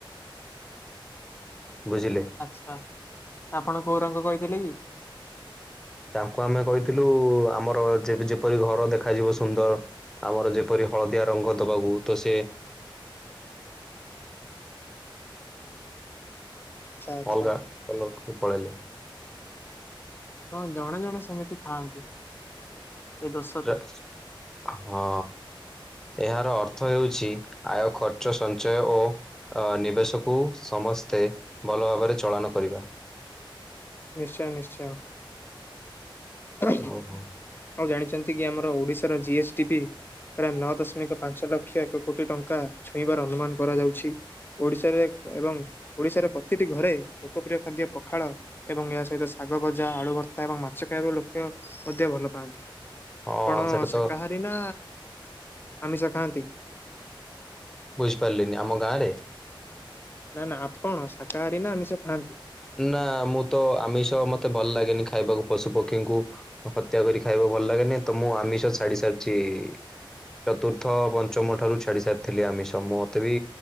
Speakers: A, in the centre; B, on the left.
A: ବୁଝିଲେ?
B: ଆଚ୍ଛା ଆପଣ କୋଉ ରଙ୍ଗ କହିଥିଲେ କି?
A: ତାଙ୍କୁ ଆମେ କହିଥିଲୁ, ଆମର ଯେପରି ଘର ଦେଖାଯିବ ସୁନ୍ଦର ଆମର ଯେପରି ହଳଦିଆ ରଙ୍ଗ ଦବାକୁ ତ ସେ
B: ଆଚ୍ଛା ଆଚ୍ଛା।
A: ଅଲଗା କଲରକୁ ପଳେଇଲେ
B: କଣ ଜଣେ ଜଣେ ସେମିତି ଥାଆନ୍ତି ଏ ଦୋଷ
A: ର
B: ଥାଏ।
A: ହଁ ଏହାର ଅର୍ଥ ହେଉଛି, ଆୟ ଖର୍ଚ୍ଚ ସଞ୍ଚୟ ଓ ଅ ନିବେଶକୁ ସମସ୍ତେ ଭଲ ଭାବରେ ଚଳନ କରିବା।
B: ନିଶ୍ଚୟ ନିଶ୍ଚୟ ଆଉ
A: ଓହୋ
B: ଜାଣିଛନ୍ତି କି, ଆମର ଓଡିଶାର ଜି ଏସ୍ ଡି ପି। ପ୍ରାୟ ନଅ ଦଶମିକ, ପାଞ୍ଚ ଲକ୍ଷ ଏକ କୋଟି ଟଙ୍କା ଛୁଇଁବାର ଅନୁମାନ କରାଯାଉଛି। ଓଡ଼ିଶାରେ ଏବଂ ଓଡ଼ିଶାରେ ପ୍ରତିଟି ଘରେ ଲୋକପ୍ରିୟ ଖାଦ୍ୟ ପଖାଳ ଏବଂ ଏହା ସହିତ ଶାଗଭଜା, ଆଳୁ ଭର୍ତ୍ତା ଏବଂ ମାଛ ଖାଇବା ଲୋକ ଅଧିକ ଭଲ ପାଆନ୍ତି। ଆପଣ
A: ହଁ ସେଟା ତ
B: ଶାକାହାରୀ ସିନା ଆମିଷ ଖାନ୍ତି।
A: ବୁଝିପାରିଲିନି ଆମ ଗାଁ ରେ
B: ନା ନା ଆପଣ ସାାକାହାରୀ ନା ଆମିଶ ଖାଆନ୍ତି?
A: ନା ମୁଁ ତ ଆମିଷ, ମତେ ଭଲ ଲାଗେନି ଖାଇବାକୁ ପଶୁ ପକ୍ଷୀଙ୍କୁ। ହତ୍ୟା କରି ଖାଇବାକୁ ଭଲ ଲାଗେନି, ତ ମୁଁ ଆମିଷ ଛାଡି ସାରିଛି ଚତୁର୍ଥ ପଞ୍ଚମଠାରୁ ଛାଡ଼ି ସାରିଥିଲି ଆମିସ। ମୋତେ ବି